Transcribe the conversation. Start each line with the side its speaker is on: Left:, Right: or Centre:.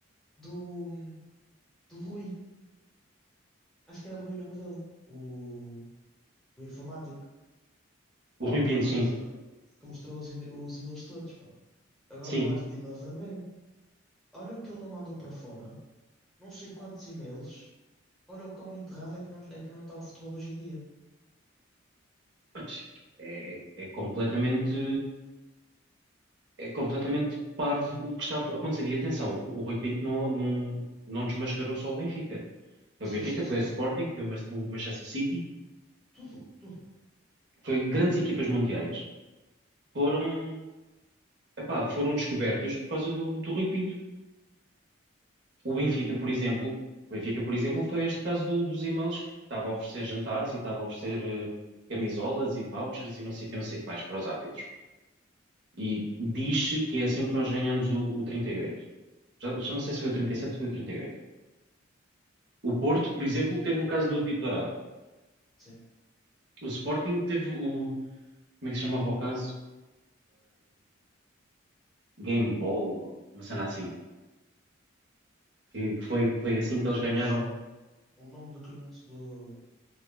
Centre: do, do Rui. Acho que era Rui o nome dele. O, o informático.
Right: O Rui Pinto,
Centre: Mandou
Right: sim,
Centre: os e-mails, que mostrou os, e-mail- os e-mails todos, pá. Agora
Right: sim.
Centre: falaste de e-mails, lembrei-me. Olha o que ele não mandou para fora, não sei quantos e-mails, olha o quão enterrado é que não, é que não está o futebol hoje em dia.
Right: Mas É, é- é completamente, é completamente parvo o que está a acontecer. E atenção, o Rui Pinto não, não, não desmascarou só o Benfica. Foi
Centre: Sim,
Right: o Benfica,
Centre: sim, sim,
Right: foi o Sporting,
Centre: sim.
Right: foi o Mas- o Manchester City,
Centre: Tudo, tudo.
Right: foi grandes equipas mundiais, foram, epá, foram descobertas por causa do, do Rui Pinto. O Benfica,
Centre: Olha,
Right: por exemplo, o Benfica, por exemplo, foi este caso do- dos e-mails que que estava a oferecer jantares e estava a oferecer eh, camisolas e vouchers e não sei o que, não sei o que mais para os árbitros. E diz-se que é assim que nós ganhamos o, o 38. Já, já não sei se foi o 37 ou foi o 38. O Porto, por exemplo, teve o caso do apito dourado.
Centre: sim.
Right: O Sporting teve o, como é que se chamava o caso? Game Ball, uma cena assim. que, que foi, que foi assim
Centre: O
Right: que
Centre: nome
Right: eles ganharam.
Centre: do, o nome do crime do.